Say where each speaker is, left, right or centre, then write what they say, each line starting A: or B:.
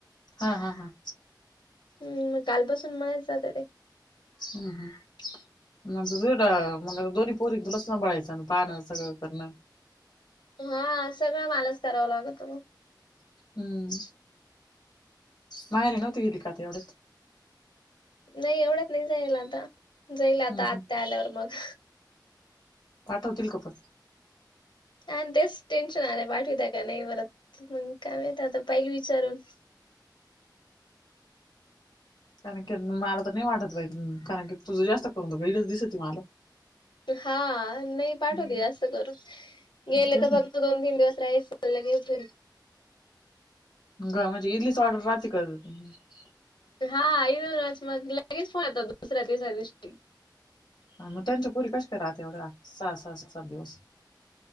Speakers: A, on the left; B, on the left.
A: हा, हा, हा.
B: हम. मग कालपासून मयाच जात रे.
A: हम्म, हम्म. मग त झड मग आता दोन्ही पोरी तुलाच संबाळायचं पाहण सगळं करणं.
B: आ हा सगळ मालाच कराव लागत मगं.
A: हम्म. माहेरी नव्हती का गेली तू एवढ्यात?
B: नाइ एवडयात नाइ जायला आता. जाईल आता
A: हम्म हम्म
B: आत्या आल्यावर मग.
A: पाठवतील का पण?
B: आन तेच टेन्शन आलंय पाठविता का नाइ परत मग काय माहित आता पहिलं वि चारून
A: कारण की मला तर नाय वाटत जाईल तु, कारण की तुझ जास्त करून गैरच दिसती मला.
B: हा नाइ पाटवते
A: हम्म
B: जास्त करून, गेले
A: तेच
B: तर
A: ना
B: फक्त दोन तीन दिवस. <unintelligible> लगे फिरून.
A: ग म्हणजे इतलीच ऑर्डर रात्री कर <unintelligible>
B: हा. <unintelligible> मग लगेच फोन येत्यात दुसऱ्या तिसऱ्या दिवशी.
A: आ मग त्यांच्या पुरी कस काय राहते? एवढ्या सहा -. सहात सताठ दिवस.